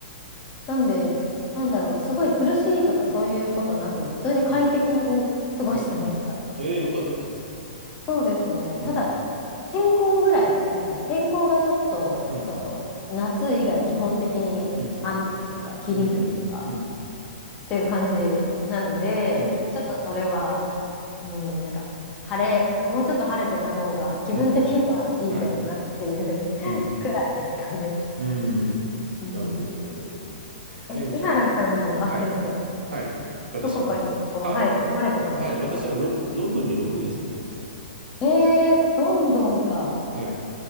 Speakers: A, on the left; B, on the right.
A: なんで、なんだろう、すごい苦しいとかそういうことなく、普通に快適に過ごしてました。
B: うん、うん。ええ、よかったですね。
A: そうですね。
B: うん、
A: ただ、天候ぐらいですね。天候がちょっと、
B: うん、
A: その、夏以外基本的に雨というか、
B: うん、
A: 霧というか、
B: うん、うん、うん、
A: っていう感じなので、
B: うん、
A: ちょっとそれは、うん、なんか、晴れ、もうちょっと晴れてた方が気分的にはいいけどなっていう
B: うん、はい、
A: <laughs>
B: うん、
A: くらいですかね。
B: うん。
A: うん。
B: なるほど、なるほど。
A: え、
B: えー、
A: 井原さんも、
B: じ、
A: あ、
B: はい、
A: すいません。
B: はい。私
A: どこかに、こう、
B: あ、
A: はい、住まれてたんですか
B: はい、私はロクロンドンに6年住んでました。
A: ええー、ロンドンか。
B: はい。